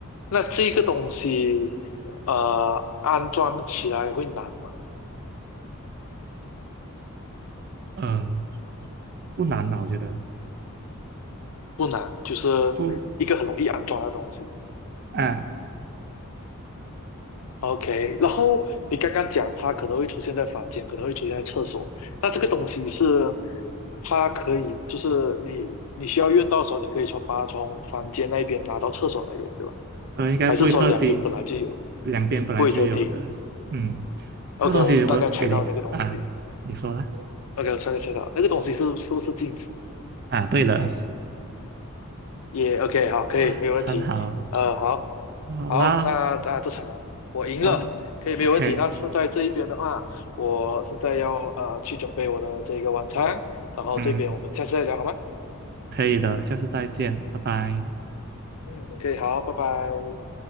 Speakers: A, on the left; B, on the right.
A: 那这个东西呃安装起来会难吗？
B: 呃，不难吧？我觉得
A: 不难，就是一个很容易安装的东西。
B: 不啊，
A: OK，然后你刚刚讲它可能会出现在房间，可能会出现在厕所。那这个东西是它可以，就是你你需要用到的时候，你可以从把它从房间那边拿到厕所那边，对吧？
B: 呃，应该不会特地，
A: 还是说两边本来就有，
B: 两边本来就有的，
A: 不会特地
B: 嗯，这个东西我给你啊，
A: ？OK，我大概猜到那个东西。
B: 你说啦，
A: OK，我大概猜到那个东西是是不是镜子？
B: 啊，对了
A: 也 OK，好，可以，
B: 啊，
A: 没有问题。
B: 很好，
A: 呃，好，
B: 好啦，
A: 好，那那这场我赢了，
B: 哦，OK，
A: 可以没有问题。那现在这一边的话，我现在要呃去准备我的这个晚餐，然后这边我们下次再聊好吗？
B: 嗯，可以的，下次再见，拜拜。
A: 嗯，可以，好，拜拜。